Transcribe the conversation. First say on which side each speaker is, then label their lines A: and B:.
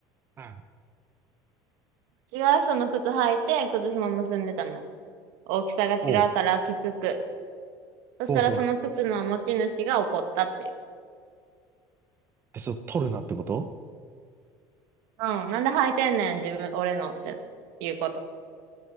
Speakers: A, on the right (about 25°); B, on the right (about 75°).
A: うん。
B: 違う人の靴履いて、靴紐結んでたの。大きさが違うからきつく。
A: おう、
B: そしたらその靴の持ち主が怒ったっていう。
A: ほうほう。え、ちょ、取るなってこと
B: うん。なんで履いてんねん、自分、俺のっていうこと。